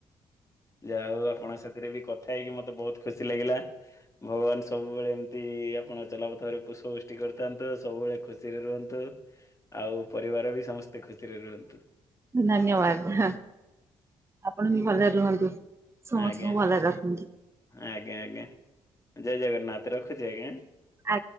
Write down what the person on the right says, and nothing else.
ଧନ୍ୟବାଦ, ହଁ। ଆପଣ ବି ଭଲରେ ରୁହନ୍ତୁ, ସମସ୍ତଙ୍କୁ
ଭଲରେ ରଖନ୍ତୁ।
ଆ